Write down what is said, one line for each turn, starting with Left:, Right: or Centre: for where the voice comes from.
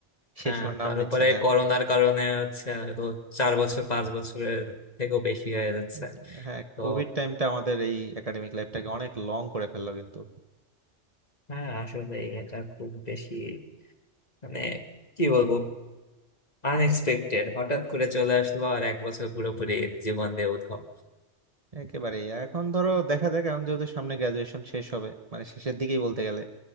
Right: শেষ
Left: হ্যাঁ
Right: হওয়ার নাম
Left: তারপরে
Right: নিচ্ছে না
Left: করোনার কারণে হচ্ছে হয়তো চার বছর পাঁচ বছরের থেকেও বেশি হয়ে যাচ্ছে
Right: উম, হ্যাঁ
Left: তো
Right: কোভিড টাইমটা আমাদের এই একাডেমিক লাইফটাকে অনেক লং করে ফেললো কিন্তু
Left: হ্যাঁ আসলে এটা খুব বেশি মানে কি বলবো আনএক্সপেক্টেড হঠাৎ করে চলে আসলো আর এক বছর পুরোপুরি জীবন দিয়ে উধাও
Right: একেবারেই এখন ধরো দেখা যাক এখন যেহেতু সামনে গ্রাজুয়েশন শেষ হবে মানে শেষের দিকেই বলতে গেলে